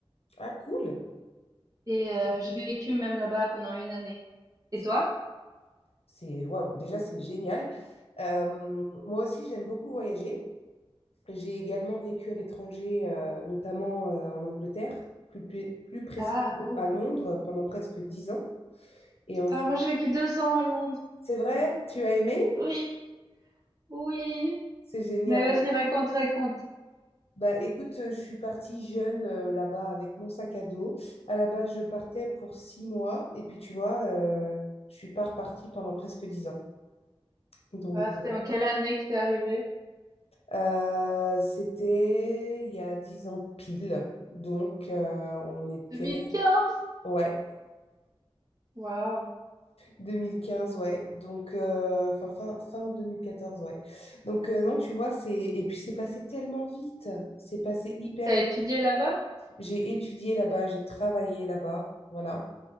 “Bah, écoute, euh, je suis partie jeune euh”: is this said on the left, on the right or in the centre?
Left